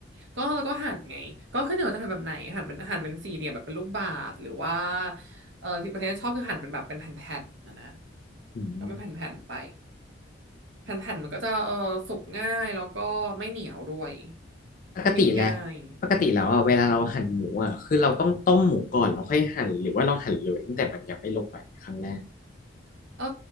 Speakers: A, on the right; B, on the left.
A: ก็แล้วก็หั่นไงก็ขึ้นอยู่ว่าจะหั่นแบบไหนหั่นเป็นหั่นเป็นสี่เหลี่ยมแบบเป็นลูกบาศก์หรือว่าเออที่ประเทศชอบคือหั่นเป็นแบบเป็นแผ่นๆนะนะ
B: อืม
A: ก็เป็นแผ่นๆไปแผ่นๆมันก็จะเออสุกง่ายแล้วก็ไม่เหนียวด้วย
B: ปกติแล้ว
A: นิ่มง่าย
B: ปกติแล้วอะเวลาเราหั่นหมูอะคือเราต้องต้มหมูก่อนแล้วค่อยหั่นหรือว่าเราหั่นเลยตั้งแต่มันยังไม่ลงไปครั้งแรก
A: เออ